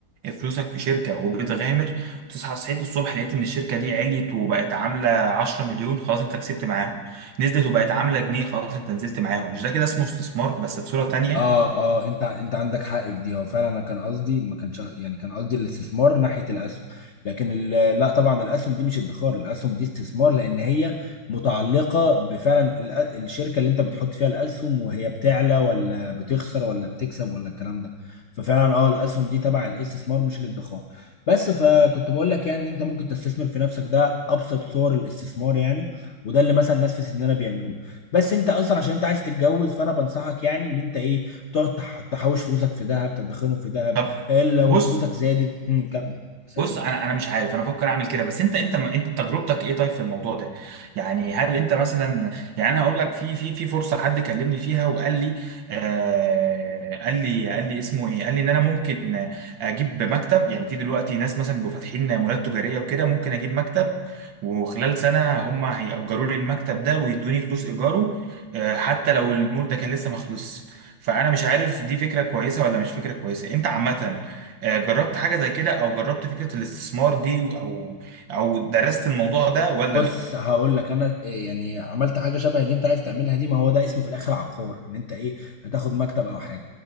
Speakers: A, on the right; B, on the left.
A: فلوسك في شركه وبتغامر تصحى صحيت الصبح لقيت ان الشركه دي عليت وبقت عامله 10 مليون خلاص انت كسبت معاهم نزلت وبقت عامله جنيه خلاص انت نزلت معاهم مش ده كده اسمه استثمار بس في صوره تانيه
B: اه اه انت انت عندك حق في دي هو فعلا انا كان قصدي ما كانش يعني كان قصدي الاستثمار ناحيه الاسهم لكن ال- لا طبعا الاسهم دي مش ادخار الاسهم دي استثمار لان هي متعلقه بفعلا ال- الشركه اللي انت بتحط فيها الاسهم وهي بتعلى ولا بتخسر ولا بتكسب ولا الكلام ده ففعلا اه الاسهم دي تبع الاستثمار مش الادخار بس فكنت بقول لك يعني ان انت ممكن تستثمر في نفسك ده ابسط صور الاستثمار يعني وده اللي مثلا الناس في سننا بيعملوه بس انت اصلا عشان انت عايز تتجوز فانا بنصحك يعني ان انت ايه تقعد تح- تحوش فلوسك في ذهب تدخرهم في ذهب
A: طب
B: آه، لو
A: بص
B: فلوسك زادت هم، كمل سألني
A: بص انا انا مش عارف انا بفكر اعمل كده بس انت انت انت تجربتك ايه طيب في الموضوع ده يعني هل انت مثلا يعني انا هقول لك في في في فرصه حد كلمني فيها وقال لي آه قال لي قال لي اسمه ايه قال لي ان انا ممكن اجيب مكتب يعني في دلوقتي ناس مثلا بيبقوا فاتحين مولات تجاريه وكده ممكن اجيب مكتب وخلال سنه هم هيأجروا لي المكتب ده ويدوني فلوس ايجاره آه حتى لو المول ده كان لسه ما خلصش فانا مش عارف دي فكره كويسه ولا مش فكره كويسه انت عامه آه، جربت حاجة زي كده او جربت فكرة الاستثمار دي او او درست الموضوع ده ولا
B: بص
A: لا
B: هقول لك انا إيه، يعني عملت حاجه شبه اللي انت عايز تعملها دي ما هو ده اسمه في الاخر عقار ان انت ايه هتاخد مكتب او حاجه